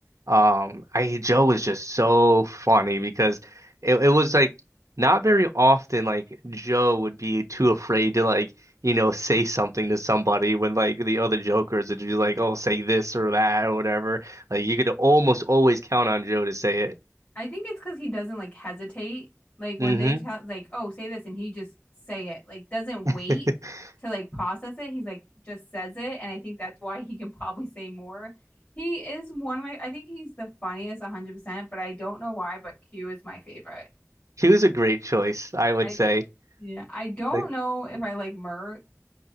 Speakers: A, on the right; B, on the left.
A: um I Joe was just so funny because it, it was like not very often like Joe would be too afraid to like you know say something to somebody when like the other jokers would be like oh say this or that or whatever like you could almost always count on Joe to say it.
B: I think it's because he doesn't like hesitate. Like when
A: hmm
B: they tell like, oh, say this and he just say it. Like doesn't
A: <laughs>
B: wait to like process it. He's like just says it. And I think that's why he can probably say more. He is one of my, I think he's the funniest 100%, but I don't know why, but Q is my favorite.
A: She was a great choice, I would
B: I
A: say.
B: Yeah, I don't
A: Like,
B: know if I like Mur